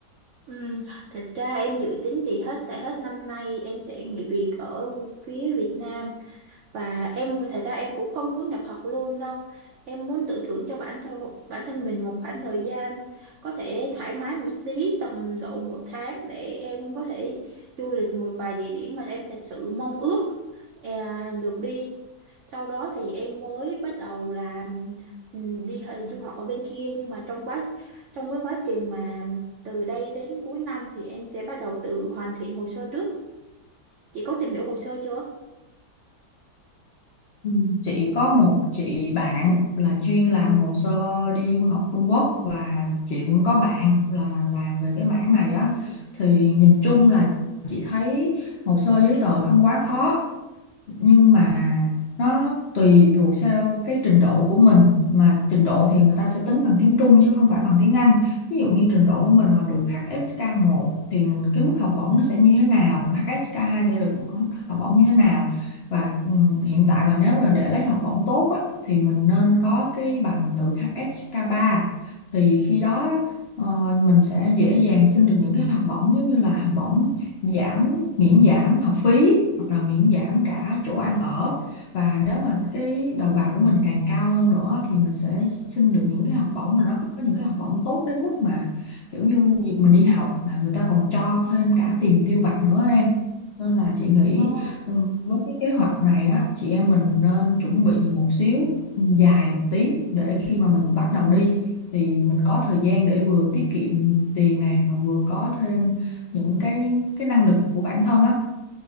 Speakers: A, on the right; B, on the left.
A: Ừm, thật ra em dự tính thì hết sẽ hết năm nay em sẽ nghỉ việc ở phía Việt Nam và em thật ra em cũng không muốn nhập học luôn đâu em muốn tự thưởng cho bản thân bản thân mình một khoảng thời gian có thể thoải mái một xí tầm độ một tháng để em có thể du lịch một vài địa điểm mà em thật sự mong ước à, được đi sau đó thì em mới bắt đầu là ừm, đi hờ- du học ở bên kia nhưng mà trong quá trong cái quá trình mà từ đây đến cuối năm thì em sẽ bắt đầu tự hoàn thiện hồ sơ trước chị có tìm hiểu hồ sơ chưa
B: Ừ, Chị có một chị bạn là chuyên làm hồ sơ đi du học Trung Quốc và chị cũng có bạn là làm về cái mảng này á thì nhìn chung là chị thấy hồ sơ giấy tờ không quá khó nhưng mà nó tùy thuộc theo cái trình độ của mình mà trình độ thì người ta sẽ tính bằng tiếng Trung chứ không phải bằng tiếng Anh ví dụ như trình độ của mình mà được HSK1 thì cái mức học bổng nó sẽ như thế nào HSK2 sẽ được mức học bổng như thế nào và ừ, hiện tại mà nếu là để lấy học bổng tốt á, thì mình nên có cái bằng từ HSK3 thì khi đó ờ, mình sẽ dễ dàng xin được những cái học bổng giống như là học bổng giảm miễn giảm học phí hoặc là miễn giảm cả chỗ ăn ở và nếu mà cái đầu vào của mình càng cao hơn nữa thì mình sẽ xin được những cái học bổng mà nó có những cái học bổng tốt đến mức mà kiểu như việc mình đi học mà người ta còn cho thêm cả tiền tiêu vặt nữa em nên là chị nghĩ
A: Ờ,
B: ừ, với cái kế hoạch này á chị em mình nên chuẩn bị một xíu dài một tí để khi mà mình bắt đầu đi thì mình có thời gian để vừa tiết kiệm tiền này mà vừa có thêm những cái cái năng lực của bản thân á